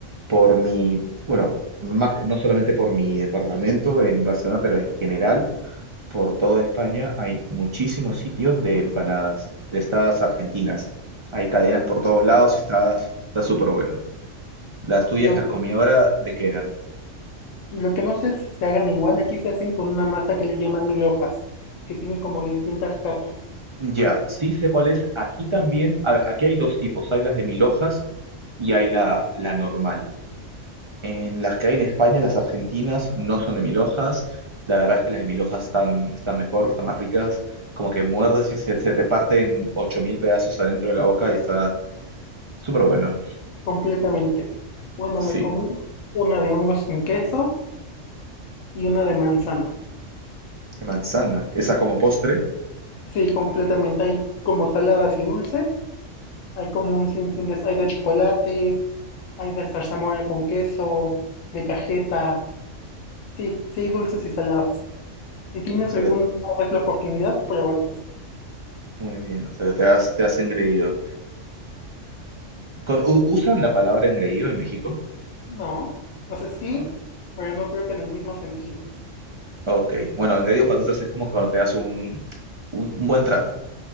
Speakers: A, on the right; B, on the left.
A: por mi, bueno, más, que- no solamente por mi departamento en Barcelona, pero en general. Por toda España hay muchísimos sitios de empanadas, de estas argentinas. Hay cadenas por todos lados, está, está súper bueno. Las tuyas
B: Lo
A: que has
B: que,
A: comido ahora, ¿de qué eran?
B: lo que no sé es si se hagan igual, aquí se hacen con una masa que le llaman mil hojas, que tiene como distintas capas,
A: Ya, sí sé cuál es. Aquí también, a ver, aquí hay dos tipos, hay las de mil hojas y hay la, la normal. En las que hay en España, las argentinas no son de mil hojas. La verdad es que las de mil hojas están, están mejor, están más ricas. Como que muerdes y se, se te parten 8.000 pedazos adentro de la boca y está súper bueno.
B: completamente. Bueno,
A: Sí.
B: me comí una de hongos con queso y una de manzana.
A: de manzana. Esa como postre.
B: Sí, completamente. Hay como saladas y dulces. Hay como un sinfín de... Hay de chocolate, hay de zarzamora con queso, de cajeta. Sí, sí, dulces y saladas. Si tienes
A: O sea
B: alguna
A: que,
B: vez la oportunidad, pruébalas.
A: muy bien. O sea que te has, te has engreído. Con, u- ¿usan la palabra engreído en México?
B: No. O sea, sí,
A: Ok.
B: pero no creo que en el mismo sentido.
A: Ok. Bueno, engreído para nosotros es como cuando te das un, un, un buen trato.